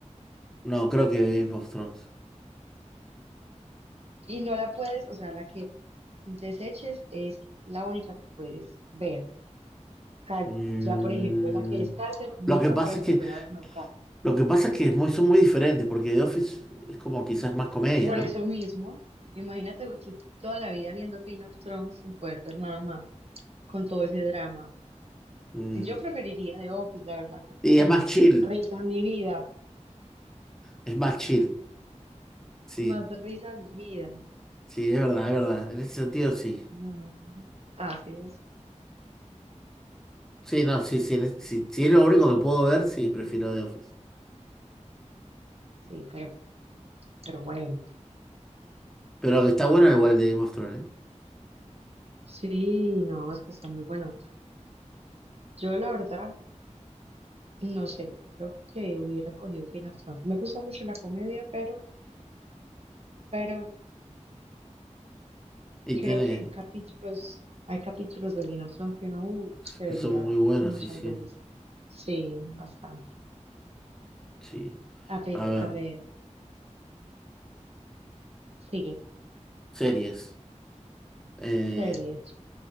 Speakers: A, in the centre; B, on the right.
A: No, creo que Game of Thrones.
B: Y no la puedes, o sea, la que deseches es la única que puedes ver. O sea,
A: Mm,
B: ya por ejemplo, la que descartes no
A: lo que
B: la
A: pasa
B: puedes
A: es que,
B: volver a ver nunca.
A: lo que pasa es que es muy- son muy diferentes, porque The Office es como quizás más comedia,
B: Por
A: ¿no?
B: eso mismo, imagínate tú toda la vida viendo King of Thrones sin poder ver nada más, con todo ese drama.
A: Mm,
B: Yo preferiría The Office, la verdad, como
A: y
B: que
A: es
B: más
A: más chill,
B: risa en mi vida,
A: es más chill. Sí,
B: más risa en mi vida.
A: sí, es verdad, es verdad. En ese sentido, sí.
B: Mm, así es,
A: Sí, no, sí, sí, en es- sí, si es lo único que puedo ver, sí, prefiero The Office.
B: sí, pero, pero bueno.
A: Pero que está bueno igual de Game of Thrones, ¿eh?
B: Sí, no, es que está muy bueno. Yo la verdad, no sé, creo que hubiera cogido Game of Thrones. Me gusta mucho la comedia, pero, pero
A: Y
B: creo
A: tiene,
B: que hay capítulos, hay capítulos de Game of Thrones que uno uh, se
A: que
B: vería
A: son muy buenos,
B: muchas
A: sí, sí,
B: veces. Sí, bastante.
A: sí.
B: A ver,
A: A ver,
B: a ver, sigue.
A: series. eh,
B: Series.